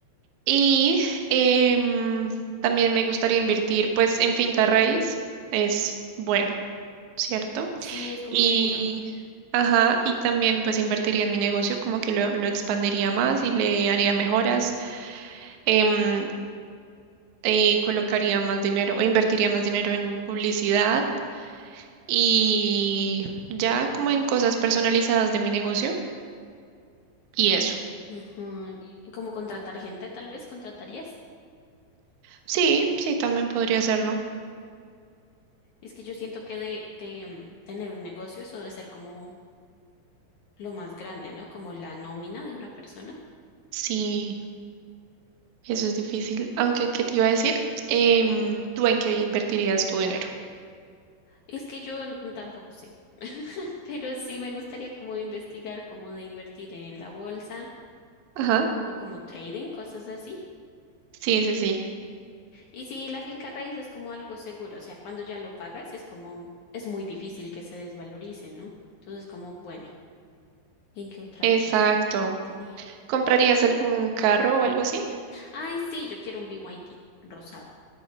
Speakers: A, on the right; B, on the left.
A: Y em, también me gustaría invertir pues en finca raíz, es bueno, ¿cierto?
B: Sí, es como
A: Y,
B: seguro.
A: ajá, y también pues invertiría en mi negocio, como que lo, lo expandiría más y le haría mejoras, em, eh, colocaría más dinero o invertiría más dinero en publicidad y ya como en cosas personalizadas de mi negocio y eso.
B: Ajá, y- y Como contratar gente, tal vez contratarías.
A: Sí, sí, también podría hacerlo.
B: Es que yo siento que de, de mm, tener un negocio eso debe ser como lo más grande, ¿no? Como la nómina de una persona.
A: Sí. Eso es difícil. Aunque, ¿qué te iba a decir? Em, ¿tú en qué invertirías tu dinero?
B: Es que yo n- tampoco sé, <laughs> pero sí me gustaría como investigar cómo de invertir en la bolsa
A: Ajá.
B: o como trading, cosas así.
A: Sí, sí, sí.
B: Y sí, la finca raíz es como algo seguro, o sea, cuando ya lo pagas es como, es muy difícil que se desvalorice, ¿no? Entonces, como, bueno, ¿en qué otra
A: Exacto.
B: cosa yo invertiría?
A: ¿Comprarías algún carro o algo así?
B: Ay, sí, yo quiero un BYD rosado.